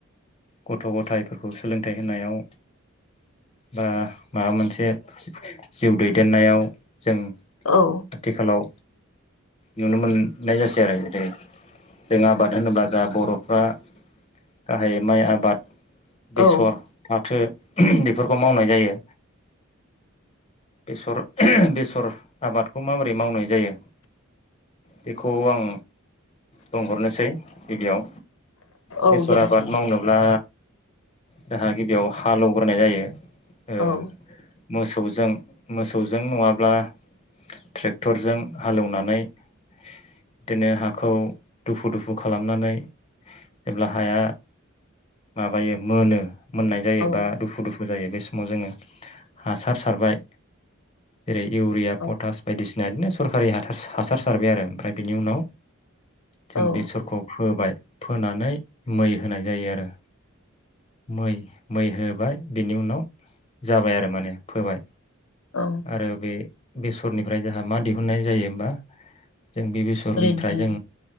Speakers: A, on the left; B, on the left.
A: गथ' गथायाइफोरखौ सोलों थेंनायाव बा माबा मोनसे जिउ दैदेननायाव जों
B: औ
A: आथिखालाव नुनो मोननाय जासै आरो जेरै जों आबाद होनोब्ला जा बरफ बा गाहायै माइ आबाद। बेसर
B: औ
A: फाथो बेफोरखौ मावनाय जायो बेसर बेसर आबादखौ माबोरै मावनाय जायो बेखौ आं बुंहरनोसै गिबियाव। बेसर
B: औ दे
A: आबाद
B: बुं
A: मावनोब्ला जाहा गिबियाव हालौवग्रोनाय जायो। ओ
B: औ
A: मोसौजों मोसौजों नङाब्ला ट्रेक्टरजों हालेवनानै बिदिनो हाखौ दुफु दुफु खालामनानै जेब्ला हाया माबायो मोनो मोननाय जायो
B: औ
A: बा दुफु दुफु बो जायो बे समाव जोङो हासार सारबाय जेरै इउरिया
B: औ
A: पटास बायदिसि दा इदिनो सरखारि हाथाय हासार सारबाय आरो ओमफ्राय बिनि उनाव जों
B: औ
A: बेसरखौ फोबाय फोनानै मै होनाय जायो आरो। मै मै होबाय बिनि उनाव जाबाय आरो माने फोबाय
B: औ
A: आरो बे बेसरनिफ्राय जाहा मा दिहुननाय जायो होमबा जों बे बेेसरगनिफ्राय
B: ओरैनो
A: जों